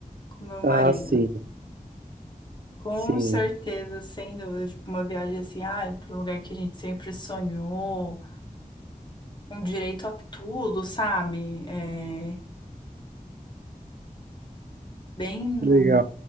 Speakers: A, on the left; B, on the right.
A: com meu marido.
B: Ah, sim,
A: Com
B: sim,
A: certeza, sem dúvida, tipo, uma viagem assim, ai, para um lugar que a gente sempre sonhou, um direito a tudo, sabe? É, bem,
B: Legal.